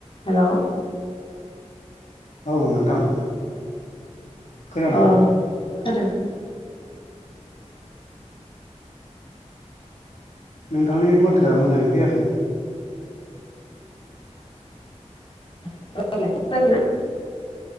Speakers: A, on the left; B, on the left.
A: Hello
B: औ नोंथां खोनादों
A: ओ <unintelligible>
B: नोंथांनि माथोआ मोजाङै फैयाखै।
A: <unintelligible>